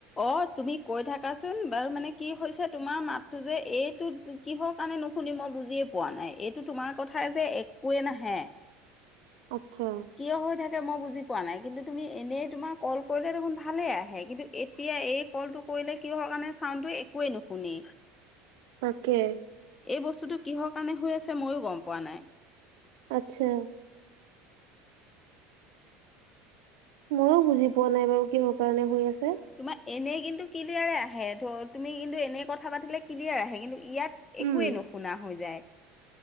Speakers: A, on the left; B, on the right.
A: অ, তুমি কৈ থাকাচোন, বাৰু মানে কি হৈছে তোমাৰ মাতটো যে, এইটো কিহৰ কাৰণে নুশুনি মই বুজিয়ে পোৱা নাই, এইটো তোমাৰ কথা যে, একোৱেই নাহে।
B: আচ্ছা।
A: কিয় হৈ মই বুজি পোৱা নাই, কিন্তু তুমি এনেই তোমাৰ কল কৰিলে দেখোন ভালেই আহে, কিন্তু এতিয়া এই কলটো কৰিলে কিহৰ কাৰণে, চাউনটো একোৱেই নুশুনি।
B: তাকে।
A: এই বস্তুটো কিহৰ কাৰণে হৈ আছে, মইয়ো গম পোৱা নাই।
B: আচ্ছা মইয়ো বুজি পোৱা নাই বাৰু, কিহৰ কাৰণে হৈ আছে
A: তোমাৰ এনে কিন্তু ক্লিয়াৰে আহে, ধৰ তুমি কিন্তু এনে কথা পাতিলে ক্লিয়াৰ আহে, কিন্তু ইয়াত
B: উম
A: একোৱেই নুশুনা হৈ যায়।